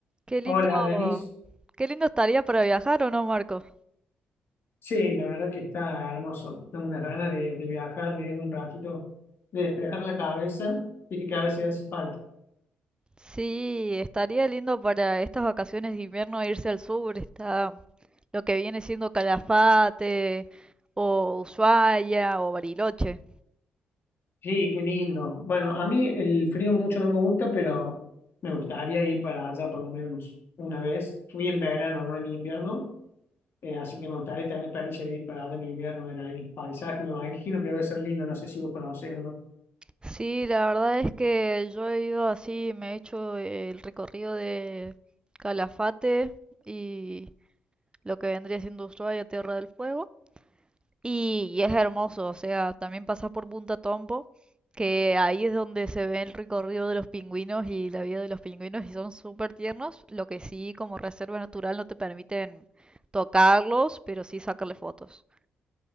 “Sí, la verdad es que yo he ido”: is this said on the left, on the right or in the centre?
Right